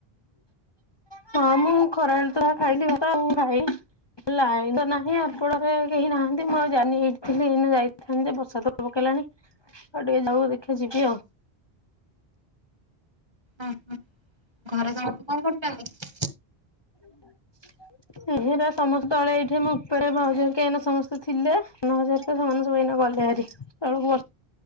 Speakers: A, on the left; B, on the right.
A: ହଁ ମୁଁ ଖରାବେଳେ ତ ଯାହା ଖାଇଲିି ଭାତ ଆଉ ମୁଟ ଖାଇନି। ଲାଇନ ତ ନାହିଁ ଆପଣରେ କେହି ନାହାନ୍ତି ମୁଁ ଆଉ ଜାନି ଏଇଠିଥିଲି ଏଇ ଯାଇଥାନ୍ତି ଯେ ବର୍ଷା ତ ପକେଇଲାଣି। ଆଉ ଟିକେ ଯାଉ ଦେଖିବା ଯିବି ଆଉ।
B: ଅ ହଁ। ଘରେ ସମସ୍ତେ କଣ କରୁଛନ୍ତି?
A: <inaudible> ଏହିରା ସମସ୍ତେ ତଳେ ଏଇଠି ମୁଁ ଉପରେ ଭାଉଜ ହେରିକା ସମସ୍ତେ ଥିଲେ। ନ ସେମାନେ ସବୁ ଏଇନା ଗଲେ ଭାରି ତଳକୁ